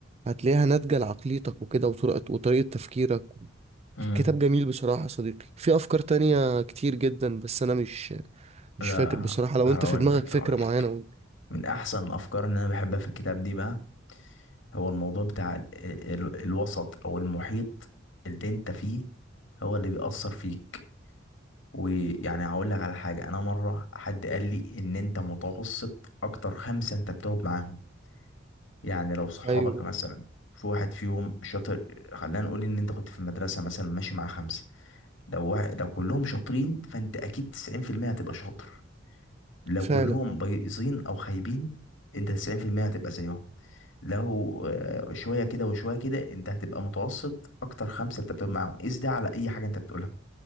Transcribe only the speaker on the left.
مم.
لا
لا
هقول
لك
هقول لك
من احسن الافكار اللي انا بحبها في الكتاب دي بقى هو الموضوع بتاع ال ال الوسط او المحيط اللي انت فيه هو اللي بيأثر فيك ويعني هقول لك على حاجة انا مرة حد قال لي ان انت متوسط اكتر خمسة انت بتقعد معاهم يعني لو صحابك
مثلا في واحد فيهم شاطر خلينا نقول ان انت كنت في المدرسة مثلا ماشي مع خمسة لو واحد لو كلهم شاطرين فانت اكيد 90% هتبقى شاطر لو
كلهم بايظين او خايبين انت 90% هتبقى زيهم لو آه، شويه كده وشويه كده انت هتبقى متوسط اكتر خمسه انت بتقول معاهم قيس ده على اي حاجه انت بتقولها